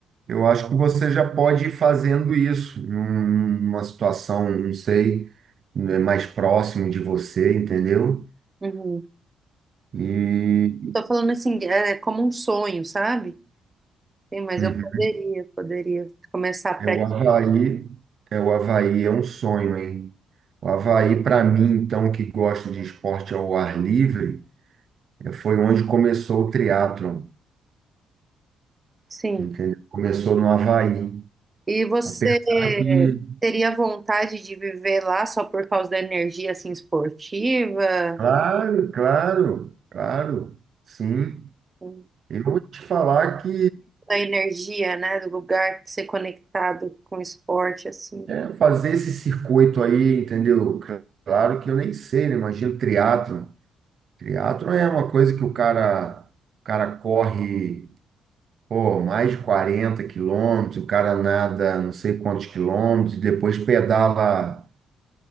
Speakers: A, on the right (about 55°); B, on the right (about 25°).
A: eu acho que você já pode ir fazendo isso num- numa situação, não sei, né, mais próximo de você, entendeu?
B: Uhum.
A: E,
B: Tô falando assim, é como um sonho, sabe? Sim, mas
A: uhum.
B: eu poderia, poderia começar a praticar.
A: É o Havaí, é o Havaí, é um sonho, hein? O Havaí, para mim, então, que gosta de esporte ao ar livre, eh, foi onde começou o triatlon,
B: Sim.
A: entendeu? Começou no Havaí.
B: E você
A: Apesar que,
B: teria vontade de viver lá só por causa da energia assim esportiva?
A: claro, claro, claro, sim.
B: Uhum.
A: Eu vou te falar que
B: Da energia, né? Do lugar de ser conectado com o esporte, assim.
A: eh, fazer esse circuito aí, entendeu? Claro que eu nem sei, né? Imagina o triatlon. Triatlon é uma coisa que o cara, o cara corre. Pô, mais de 40 quilômetros, o cara nada não sei quantos quilômetros, depois pedala